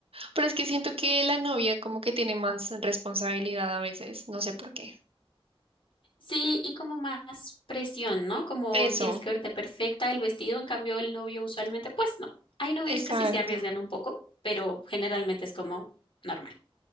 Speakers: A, on the right; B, on the left.
A: Pero es que siento que la novia como que tiene más responsabilidad a veces, no sé por qué.
B: Sí, y como más presión, ¿no? Como
A: Eso,
B: tienes que verte perfecta, el vestido, en cambio, el novio usualmente, pues no. Hay novios
A: exacto.
B: que sí se arriesgan un poco, pero generalmente es como normal.